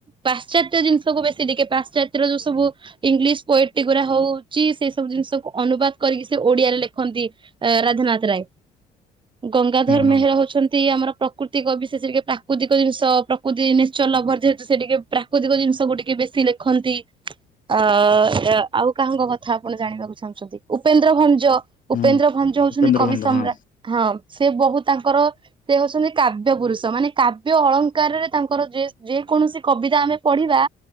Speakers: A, on the right; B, on the left.
A: ପାଶ୍ଚାତ୍ୟ ଜିନିଷକୁ ବେଶୀ ଟିକେ ପାଶ୍ଚାତ୍ୟର ଯୋଉ ସବୁ ଇଂଲିଶ ପୋଏଟ୍ରି ଗୁଡା ହଉଛି ସେଇ ସବୁ ଜିନିଷକୁ ଅନୁବାଦ କରିକି ସେ ଓଡିଆରେ ଲେଖନ୍ତି ରାଧାନଥ ରାୟ ଗଙ୍ଗାଧର
B: ହଁ ହଁ
A: ମେହେର ହଉଛନ୍ତି ଆମର ପ୍ରକୃତିକ ବିଷଷ ଟିକେ ପ୍ରାକୃତିକ ଜିନିଷ ପ୍ରକୃତି ନେଚର ଲଭର ଯେହେତୁ ସେ ଟିକେ ପ୍ରାକୃତିକ ଜିନିଷ ଗୁ ଟିକେ ବେଶୀ ଲେଖନ୍ତି ଆ ଆଉ କାହାଙ୍କ କଥା ଆପଣ ଜାଣିବାକୁ ଚାହୁଁଛନ୍ତି ଉପେନ୍ଦ୍ର ଭଞ୍ଜ ଉପେନ୍ଦ୍ର
B: ହୁଁ
A: ଭଞ୍ଜ ହଉଛନ୍ତି
B: ଉପେନ୍ଦ୍ର
A: କବି
B: ବନ୍ଧ
A: ସମ୍ରାଟ
B: ହଁ
A: ହଁ ସେ ବହୁତ ତାଙ୍କର ସେ ହଉଛନ୍ତି କାବ୍ୟ ପୁରୁଷ ମାନେ କାବ୍ୟ ଅଳଙ୍କାରରେ ତାଙ୍କର ଯେ ଯେ କୌଣସି କବିତା ଆମେ ପଢିବା